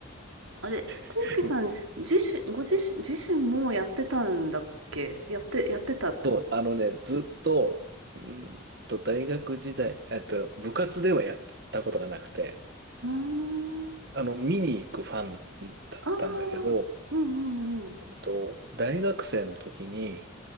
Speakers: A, on the right; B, on the right.
A: あれ、俊介さん自身、
B: <laughs>
A: ご自身、自身もやってたんだっけやって、やってたってこと
B: そう、あのね、ずっと、うーんと、大学時代、えっと、部活ではやったことがなくて、
A: うーん。
B: あの、見に行くファンだったんだけど、
A: ああ、うんうんうん。
B: えっと、大学生の時に、